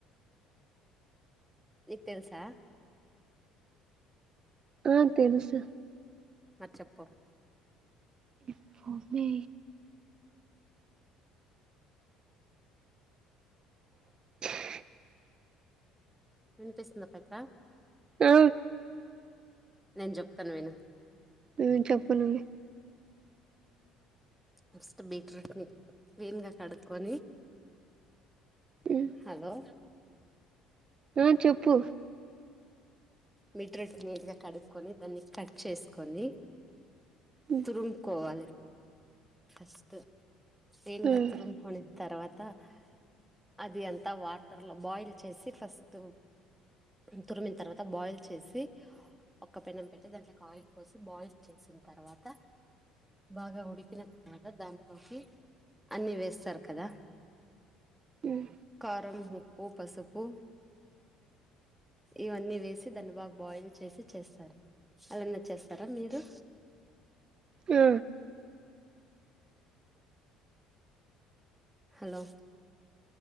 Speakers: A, in the centre; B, on the right (about 40°).
A: నిక్ తెలుసా?
B: ఆ తెలుసు
A: మద్ చ్చెప్పం
B: ఇప్పో మే <unintelligible>
A: ఇనిపిస్తుందా? పయిత్ర
B: ఆ
A: నేను చెప్తను విను
B: ఉమ్ చెప్పనండి.
A: ఫస్ట్ బీట్రూట్ ని క్లీన్ గా కడుక్కకొని
B: ఉమ్
A: హలో
B: ఆ చెప్పు
A: బిట్రూట్ నీట్గా కడుక్కకొని దాన్ని కట్ చేసుకొని
B: ఉమ్
A: తురుముకోవాలి ఫస్ట్ పేన్గా
B: ఉమ్
A: తురుము కోని తర్వాత అ అది అంతా వాటర్ లో బాయిల్ చేసి ఫస్ట్ తురిమిన తర్వాత బాయిల్ చేసి ఒక్క పెన్నం పెట్టి దాంట్లోకి ఆయిల్ పోసి బాయిల్ చేసిన తర్వాత బాగా ఉడికి కిన తర్వాత దాంట్లోకి అన్ని వేస్తారు కదా
B: ఉమ్
A: కారం ఉప్పు పసుపు ఇవన్నీ వేసి దాని బాగ బాయిల్ చేసి చేస్తారు అలానే చేస్తారా మీరు
B: ఆ
A: హలో